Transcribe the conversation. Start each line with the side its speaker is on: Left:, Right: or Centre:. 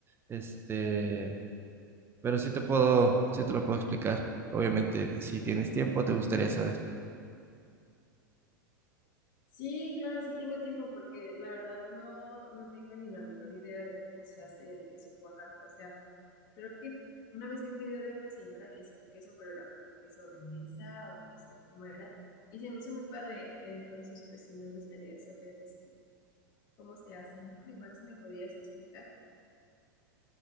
Right: Este, pero sí te puedo, sí te lo puedo explicar. Obviamente, si tienes tiempo, te gustaría saber.
Left: Sí, claro, sí tengo tiempo porque la verdad no, no tengo ni la menor idea de cómo se hace el queso Oaxaca. O sea, creo que una vez vi un video de una señora que hacía un queso, pero era como un queso de mesa o no sé cómo era. Y se me hizo muy padre. Entonces, pues sí me gustaría saber este, cómo se hace, ¿no? Igual si me podrías explicar.